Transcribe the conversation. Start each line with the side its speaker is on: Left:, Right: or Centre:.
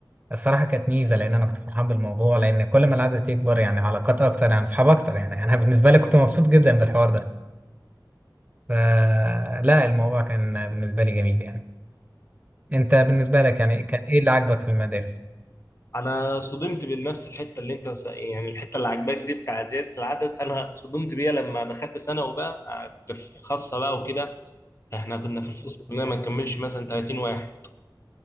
Right: الصراحة كانت ميزة لأن أنا كنت فرحان بالموضوع لأن كل ما العدد يكبر يعني علاقات أكتر يعني أصحاب أكتر يعني أنا بالنسبة لي كنت مبسوط جدا بالحوار ده فلا الموضوع كان بالنسبة لي جميل يعني أنت بالنسبة لك يعني كان إيه اللي عاجبك في المدارس؟
Left: أنا صدمت بنفس الحتة اللي أنت س- يعني الحتة اللي عجباك دي بتاع زيادة العدد أنا صدمت بيها لما دخلت ثانوي بقى آه، كنت في خاصة بقى وكده إحنا كنا في الفصل كلنا ما نكملش مثلا 30 واحد